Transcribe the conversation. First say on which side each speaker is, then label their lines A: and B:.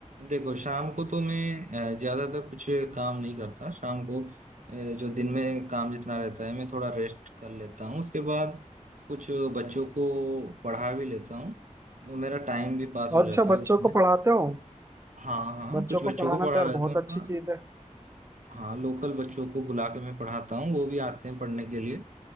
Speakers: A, on the right (about 75°); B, on the right (about 25°).
A: देखो शाम को तो मैं अ, ज्यादातर कुछ काम नहीं करता शाम को अ, जो दिन में काम जितना रहता है मैं थोड़ा रेस्ट कर लेता हूँ उसके बाद कुछ बच्चों को पढ़ा भी लेता हूँ वो मेरा टाइम भी पास हो
B: अच्छा
A: जाता है
B: बच्चों
A: उसमें
B: को पढ़ाते हो
A: हाँ हाँ
B: बच्चों
A: कुछ
B: को
A: बच्चों
B: पढ़ाना
A: को पढ़ा
B: तो यार
A: लेता
B: बहुत
A: हूँ
B: अच्छी
A: हाँ
B: चीज है
A: हाँ लोकल बच्चों को बुला के मैं पढ़ाता हूँ वो भी आते हैं पढ़ने के लिए